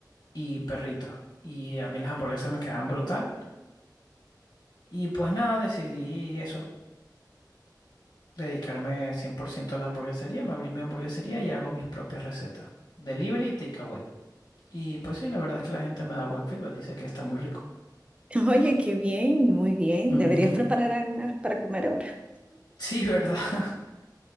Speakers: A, on the left; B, on the right.
A: y perritos. Y a mí las hamburguesas me quedaban brutal. Y pues nada, decidí eso, dedicarme 100% a la hamburguesería. Me abrí mi hamburguesería y hago mis propias recetas. Delivery y takeaway. Y pues sí, la verdad es que la gente me da buen feedback, dice que está muy rico.
B: Oye, qué bien, muy bien.
A: Ujú.
B: Deberías preparar algo para comer ahora.
A: Sí, ¿verdad? <laughs>